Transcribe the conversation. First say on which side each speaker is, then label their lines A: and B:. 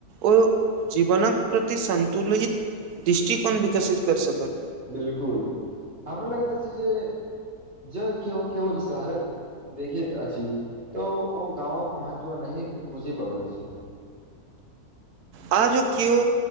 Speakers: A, on the right (about 80°); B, on the right (about 40°).
A: ओ जीवनक प्रति संतुलित दृष्टिकोन विकसित कर सकत
B: बिलकुल हमरा लागैत अछि जे जग केयो केवल शहरक देखित अछी तऽ ओ गाँवक महत्व नहि बुझि पाबैत अछि।
A: आ जो किओ